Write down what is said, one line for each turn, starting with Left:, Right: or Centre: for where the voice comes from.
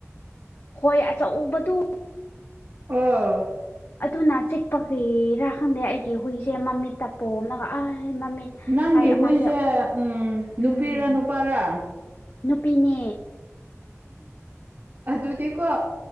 Left: ꯍꯣꯏ ꯑꯆꯧꯕꯗꯨ
Right: ꯑꯥꯎ
Left: ꯑꯗꯨꯅ ꯆꯤꯛꯄꯒꯤꯔꯥ ꯈꯪꯗꯦ ꯑꯩꯒꯤ ꯍꯨꯏꯁꯦ ꯃꯃꯤꯠꯇ ꯄꯣꯝꯂꯒ ꯑ ꯃꯃꯤꯠ
Right: ꯅꯪꯒꯤ
Left: ꯁꯥꯏ ꯑꯃꯁꯦ
Right: ꯍꯨꯏꯖꯦ ꯎꯝ ꯅꯨꯄꯤꯔꯥ
Left: ꯎꯝ
Right: ꯅꯨꯄꯥꯔꯥ
Left: ꯅꯨꯄꯤꯅꯦ
Right: <inaudible> ꯑꯗꯨꯗꯤꯀꯣ